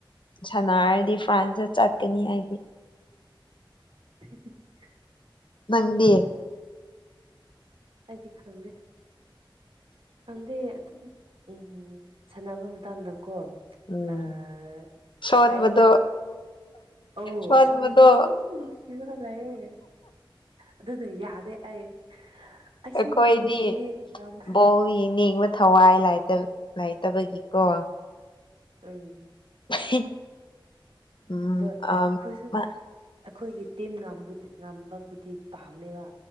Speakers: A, on the left; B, on the right.
A: ꯁꯥꯟꯅꯔꯗꯤ ꯐ꯭ꯔꯥꯟꯁꯇ ꯆꯠꯀꯅꯤ ꯑꯩꯗꯤ
B: <unintelligible>
A: ꯅꯪꯗꯤ
B: ꯑꯩꯗꯤ ꯈꯪꯗꯦ ꯈꯪꯗꯦ ꯑꯗꯨꯝ ꯑꯝ ꯁꯥꯟꯅꯕ ꯃꯇꯝꯗꯀꯣ
A: ꯎꯝ
B: ꯑꯥ
A: ꯁꯣꯟꯕꯗꯣ
B: ꯑꯩ ꯑꯧ
A: ꯁꯣꯟꯕꯗꯣ
B: ꯁꯣꯟꯕꯗꯨ ꯑꯗꯨꯝ ꯅꯨꯡꯁꯤꯔꯒ ꯂꯩꯌꯦ ꯑꯗꯨꯅ ꯌꯥꯗꯦ ꯑꯩ ꯑꯩꯁꯨ
A: ꯑꯩꯈꯣꯏꯗꯤ
B: ꯉꯝꯅꯤꯡꯉꯤ ꯉꯝ
A: ꯕꯣꯜ ꯌꯦꯡꯅꯤꯡ ꯊꯋꯥꯏ ꯂꯩꯇ ꯂꯩꯥꯇꯕꯒꯤꯀꯣ
B: ꯑꯝ
A: <unintelligible> ꯎꯝ
B: ꯑꯗꯣ
A: ꯑ
B: ꯑꯩꯈꯣꯏꯁꯨ
A: ꯃꯥ
B: ꯑꯩꯈꯣꯏꯒꯤ ꯇꯤꯝ ꯉꯝꯕꯗꯨ ꯉꯝꯕꯕꯨꯗꯤ ꯄꯥꯝꯃꯦꯕ